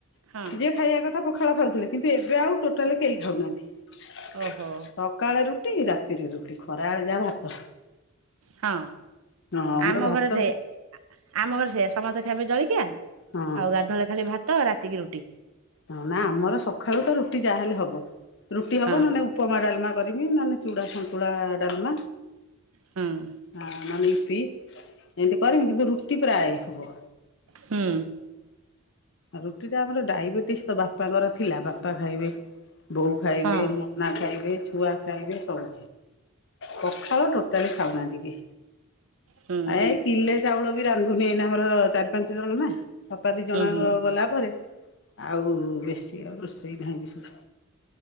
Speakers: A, on the right (about 70°); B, on the left (about 55°).
A: ହଁ
B: ଯିଏ ଖାଇବା କଥା ପଖାଳ ଖାଉଥିଲେ କିନ୍ତୁ ଏବେ ଆଉ ଟୋଟାଲି କେହି ଖାଉନାହାନ୍ତି।
A: ଓହୋ
B: ସକାଳେ ରୁଟି ରାତିରେ ରୁଟି ଖରା ବେଳେ ଯା ଭାତ
A: ହଁ
B: ହଁ ଆମର
A: ଆମ
B: ଭାତ
A: ଘରେ ସେ ଆମ ଘରେ ସେ ସମସ୍ତେ ଖାଇବେ ଜଳିକିଆ
B: ହଁ
A: ଆଉ ଗାଧୁଆଳି ଖାଲି ଭାତ ତ ରାତିକି ରୁଟି
B: ହ ନା ଆମର ସକାଳୁ ତ ରୁଟି ଯାହାହେଲେ ହବ ରୁଟି ହବ
A: ହଁ
B: ନଲେ ଉପମା ଡାଲମା କରିବି ନହେ ଚୁଡ଼ା ସନ୍ତୁଳା ଡାଲମା
A: ହଁ
B: ହଁ ନହେଲେ ୟିପି ଏମିତି କରିମି କିନ୍ତୁ ରୁଟି ପ୍ରାୟ ହବ
A: ହୁଁ।
B: ରୁଟି ଟା ଆମର ଡାଇବେଟିସ ତ ବାପାଙ୍କର ଥିଲା ବାପା ଖାଇବେ ବୋଉ ଖାଇବେ
A: ହଁ
B: ନନା ଖାଇବେ ଛୁଆ ଖାଇ ବି ସବୁ ପଖାଳ ଟୋଟାଲି ଖାଉନାହାନ୍ତି କି
A: ହୁଁ
B: ଏ କିଲେ ଚାଉଳ ବି ରାନ୍ଧୁନି ଆମର ଚାରି ପାଞ୍ଚ ଜଣ ନା ସପା ଦି ଜଣଙ୍କ
A: ହୁଁ ହୁଁ
B: ଗଲା ପରେ ଆଉ ବେଶୀ ଆଉ ରୋଷେଇ ନାହିଁ କିଛି